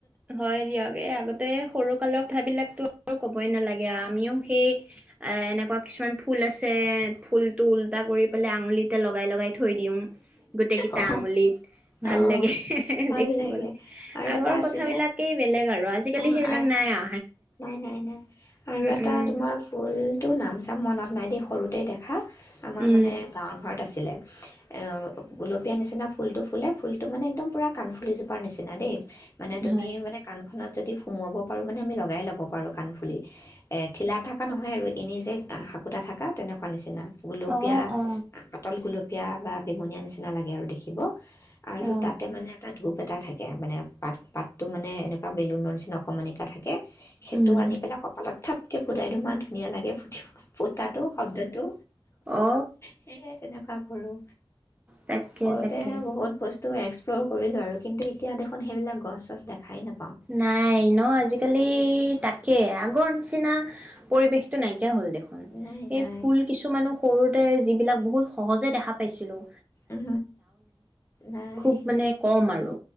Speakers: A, on the right; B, on the left.
A: হয় দিয়ক আগতে সৰু কালৰ কথাবিলাকো আৰু ক'বই নালাগে আমিও সেই এ এনেকুৱা কিছুমান ফুল আছে ফুলটো ওল্টা কৰি পেলাই আঙুলিতে লগাই লগাই থ থৈ দিম গোটেই কেইটা
B: অ
A: আঙুলিত ভাল
B: অ
A: লাগে
B: ভাল
A: দেখিবলৈ
B: লাগে আৰু
A: আগৰ
B: এটা আছিলে
A: কথা কথাবিলাকেই বেলেগ আৰু আজি আজিকালি
B: অ
A: সেইবিলাক
B: আৰু
A: নাইয়া
B: নাই নাই নাই আৰু এটা
A: উম
B: তোমাৰ ফুলতটো নাম চাম চাম মনত নাই দেই সৰুতে দেখা হা আমাৰ
A: উম
B: মানে গাঁৱৰ ঘৰত আছিলে এউ গোলপীয়া নিচিনা ফুলটো ফুলে, ফুলটো মানে একদম পুৰা কানফুলি নিচিনা দেই মানে তুমি
A: হয়
B: মানে কাণ যদি সোমাব পাৰো মানে আমি লগ লগাই লোব পাৰো কানফুলি এখিলা ঠাকা নহয় আৰু এনে যে আহাক কুুটা থকা তেনেকুৱা নিচিনা গুলপীয়া
A: অ অ
B: পাতল গুলপীয়া বা বেঙুনীয়া নিচিনা লাগে আৰু দেখিব আৰু
A: অ
B: তাতে মানে এটা ধূপ এটা থাকে মানে পাত পাতটো মানে এনেকুৱা বেলুনৰ নিচিনা অকণমান এটা থাকে সেইটো
A: উম
B: আনি পেলাই কপালত থাপকৈ ফুটাই দিওঁ ইমান ধুনীয়া লাগে ফুট ফুটাটো শব্দটো
A: অ
B: সেই তেনেকুৱা কৰোঁ।
A: তাকে
B: সৰুতে
A: তাকে
B: বহুত বস্তু তো এক্সপ্ল'ৰ কৰিলোঁ আৰু কিন্তু এতিয়া দেখোন সেইবিলাক গছ চছ দেখাই নাপাওঁ
A: নাই ন আজিকালি। এই তাকে আগৰ নিচিনা পৰিৱেশটো নাইকিয়া হ'ল দেখোন
B: নাই নাই
A: এই ফুল কিছুমানো সৰুতে যিবিলাক বহুত সহজে দেখা পাইছিলোঁ
B: উ নাই
A: খুব মানে কম আৰু